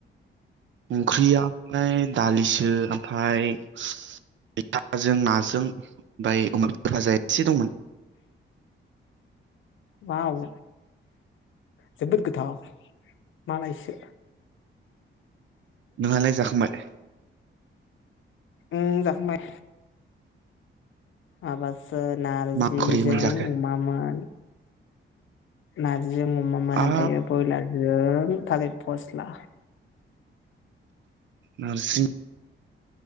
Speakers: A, on the right; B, on the left.
A: ओंख्रिया ओमफ्राय दालिसो ओमफ्राय मैथाजों नाजों ओमफ्राय अमा बेदर भाजा एसे दंमोन। <inaudible>
B: वाव जोबोद गोथाव मालायसो
A: नोङालाय जाखांबाय?
B: उम जाखांबाय। माबाफोर नारजिजों
A: मा ओंख्रि मोनजाखो
B: अमामोन। नारजिजों अमामोन
A: आ
B: ओमफायो बयलारजों थालिर फस्ला
A: नारसिं